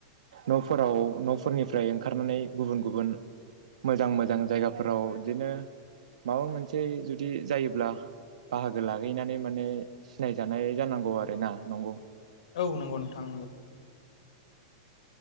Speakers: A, on the right; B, on the left.
A: न'फोराव न'फोरनिफ्राय ओंखारनानै गुबुन गुबुन मोजां मोजां जायगाफोराव बिदिनो माबा मोनसे जुदि जायोब्ला बाहागो लाहैनानै माने सिनायजानाय जानांगौ आरो ना नंगौ।
B: औ नंगौ नोंथां।